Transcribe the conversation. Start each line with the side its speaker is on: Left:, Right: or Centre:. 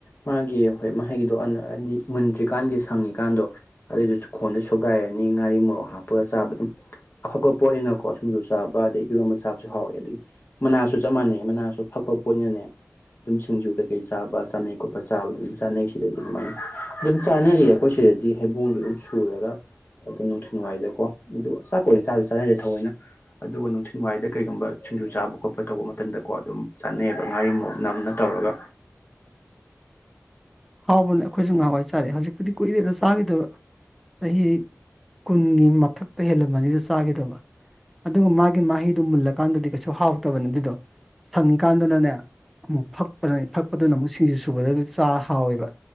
Left: ꯃꯥꯒꯤ ꯍꯣꯏ ꯃꯍꯩꯒꯤꯗꯣ ꯑꯗꯤ ꯃꯨꯟꯗ꯭ꯔꯤꯀꯥꯟꯒꯤ ꯁꯪꯉꯤꯀꯥꯟꯗꯣ ꯑꯗꯨꯏꯗꯨꯁꯨ ꯈꯣꯟꯗ ꯁꯣꯒꯥꯏꯔꯅꯤ ꯉꯥꯔꯤ ꯃꯣꯔꯣꯛ ꯍꯥꯞꯄꯒ ꯆꯥꯕ ꯑꯗꯨꯝ ꯑꯐꯄ ꯄꯣꯠꯅꯤꯅꯀꯣ ꯁꯤꯡꯖꯨ ꯆꯥꯕ ꯑꯗꯒꯤ ꯏ ꯃꯆꯥꯁꯨ ꯍꯥꯎꯋꯦ ꯑꯗꯒꯤ ꯃꯅꯥꯁꯨ ꯆꯞ ꯃꯥꯟꯅꯩ ꯃꯅꯥꯁꯨ ꯐꯛꯄ ꯄꯣꯠꯅꯅꯦ ꯑꯗꯨꯝ ꯁꯤꯡꯖꯨ ꯀꯩꯀꯩ ꯆꯥꯕ ꯑꯃꯦꯠ ꯈꯣꯠꯄ ꯆꯥꯕ ꯑꯗꯨ ꯑꯗꯨꯝ ꯆꯥꯅꯩꯁꯤꯗ ꯑꯗꯨꯃꯥꯏꯅ ꯑꯗꯨꯝ ꯆꯥꯅꯔꯤ ꯑꯩꯈꯣꯏ ꯁꯤꯗ ꯗꯤ ꯍꯩꯕꯣꯡꯗꯣ ꯑꯗꯨꯝ ꯁꯨꯔꯒ ꯑꯗꯨꯝ ꯅꯨꯡꯊꯤꯜ ꯋꯥꯏꯗꯀꯣ ꯑꯗꯨ ꯆꯥꯛ ꯀ ꯑꯣꯏꯅ ꯆꯥꯕꯁꯨ ꯆꯥꯅꯗꯦ ꯊꯑꯣꯏꯅ ꯑꯗꯨꯒ ꯅꯨꯡꯊꯤꯜ ꯋꯥꯏꯗ ꯀꯩꯒꯨꯝꯕ ꯁꯤꯡꯖꯨ ꯆꯥꯕ ꯈꯣꯠꯄ ꯇꯧꯕ ꯃꯇꯝꯗꯀꯣ ꯑꯗꯨꯝ ꯆꯠꯅꯩꯑꯕ ꯉꯥꯔꯤꯃꯣꯔꯣꯛ ꯅꯝꯅ ꯇꯧꯔꯒ
Centre: ꯍꯥꯎꯕꯅ ꯑꯈꯣꯏꯁꯨ ꯉꯍꯥꯟꯋꯥꯏ ꯆꯥꯔꯦ ꯍꯧꯖꯤꯛꯄꯨꯗꯤ ꯀꯨꯏꯔꯦꯗ ꯆꯥꯈꯤꯗꯕ ꯆꯍꯤ ꯀꯨꯟꯒꯤ ꯃꯊꯛꯇ ꯍꯦꯜꯂꯝꯃꯅꯤꯗ ꯆꯥꯈꯤꯗꯕ ꯑꯗꯨꯒ ꯃꯥꯒꯤ ꯃꯍꯤꯗꯨ ꯃꯨꯜꯂꯀꯥꯟꯗꯗꯤ ꯀꯩꯁꯨ ꯍꯥꯎꯇꯕꯅꯦ ꯑꯗꯨꯗꯣ ꯁꯪꯉꯤꯀꯥꯟꯗꯅꯅꯦ ꯑꯃꯨꯛ ꯐꯛꯄ ꯐꯛꯄꯗꯨꯅ ꯑꯃꯨꯛ ꯁꯤꯡꯁꯤ ꯁꯨꯕꯗ ꯆꯥ ꯍꯥꯎꯋꯦꯕ